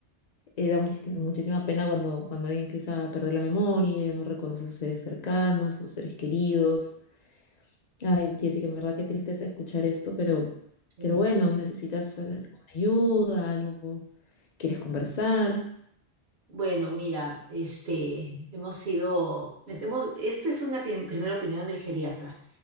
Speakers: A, on the left; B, on the right.
A: eh, da muchis- muchísima pena cuando, cuando alguien empieza a perder la memoria, no reconoce a sus seres cercanos, sus seres queridos. Ay, Jessica, en verdad qué tristeza escuchar esto, pero,
B: Sí.
A: pero bueno, necesitas al- alguna ayuda, algo, quieres conversar.
B: Bueno, mira, este, hemos sido, hemos, esta es una prim- primera opinión del geriatra.